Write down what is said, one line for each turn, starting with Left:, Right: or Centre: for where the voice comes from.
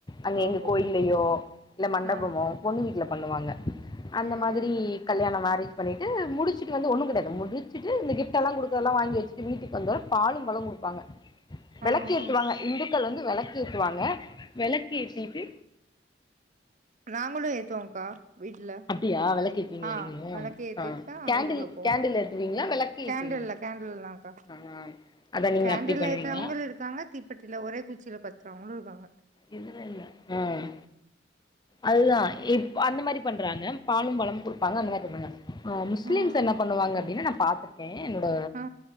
Left: அங்க
Right: ஓஹோ
Left: எங்க கோயிலயோ இல்ல மண்டபமோ
Right: ஆ
Left: பொண்ணு வீட்ல பண்ணுவாங்க
Right: ம் ம்
Left: <unintelligible> கல்யாணோ மாரி பண்ணிட்டு முடிச்சிட்டு வந்து ஒன்னு கெடயது முடிச்சிட்டு இந்த கிஃப்டெல்லா குடுக்கறதெல்லா வாங்கி வெச்சிட்டு வீட்டுக்கு வந்த பாலும் பழமு குடுப் பாங்க வெளக்கேத்துவாங்க
Right: ஆ ஆ
Left: இந்துக்கள் வந்து வெளக்கேத்துவாங்க வெளக்கேத்திட்டு
Right: நாங்களு ஏத்துவோங்க்கா வீட்ல
Left: அப்டியா விளக்கேத்துவீங்களா
Right: அ
Left: நீங்களு
Right: வெளக்கு ஏத்திட்டுதா
Left: ஆ கேண்டில்
Right: வீட்டுக்குள்ள போவோ
Left: கேண்டில் ஏத்துவீங்களா விளக்கு
Right: கேண்டில்ல
Left: ஏத்துவீங்களா
Right: கேண்டில்லதாங்க்கா
Left: ஆ அதா நீங்க
Right: கேண்டில்ல
Left: அப்டி பண்ணுவீங்க
Right: ஏத்தரவங்களு இருக்காங்க தீ தீப்பொட்டில ஒரே குச்சில பத்றவங்களு இருக்காங்க
Left: இதுல இல்ல ம் அதுதா இப் அந்த மாரி பண்றாங்க பாலு பழமு குடுப்பாங்க அந்த மாரி பண்ணுவங்க அ முஸ்லீம்ஸ்
Right: ம்
Left: என்ன பண்ணுவாங்க அப்டின்னா நா பாத்ருக்க கே என்னோட
Right: ஆ